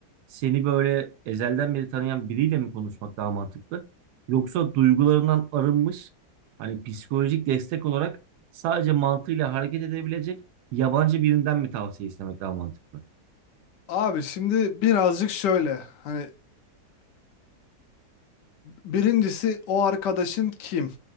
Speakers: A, on the right; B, on the left.
A: seni böyle ezelden beri tanıyan biriyle mi konuşmak daha mantıklı? Yoksa duygularından arınmış hani psikolojik destek olarak sadece mantığıyla hareket edebilecek yabancı birinden mi tavsiye istemek daha mantıklı?
B: Abi şimdi birazcık şöyle hani birincisi o arkadaşın kim?